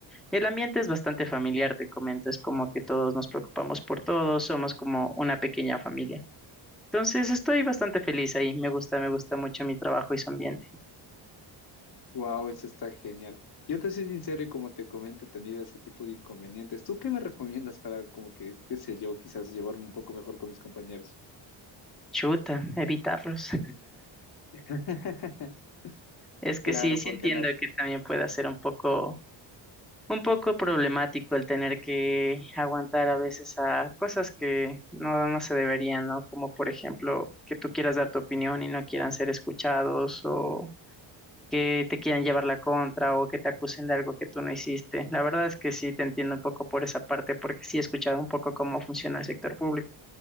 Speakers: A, in the centre; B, on the left.
A: el ambiente es bastante familiar, te comento, es como que todos nos preocupamos por todos, somos como una pequeña familia. Entonces, estoy bastante feliz ahí, me gusta, me gusta mucho mi trabajo y su ambiente.
B: Wow, eso está genial. Yo te soy sincero y como te comento, he tenido ese tipo de inconvenientes. ¿Tú qué me recomiendas para como que, qué sé yo, quizás llevarme un poco mejor con mis compañeros?
A: Chuta, evitarlos.
B: <laughs>
A: Es que
B: Claro,
A: sí, sí
B: porque
A: entiendo
B: a la...
A: que también puede ser un poco, un poco problemático el tener que aguantar a veces a cosas que no, no se deberían, ¿no? Como por ejemplo, que tú quieras dar tu opinión y no quieran ser escuchados o que te quieran llevar la contra o que te acusen de algo que tú no hiciste. La verdad es que sí te entiendo un poco por esa parte porque sí he escuchado un poco cómo funciona el sector público.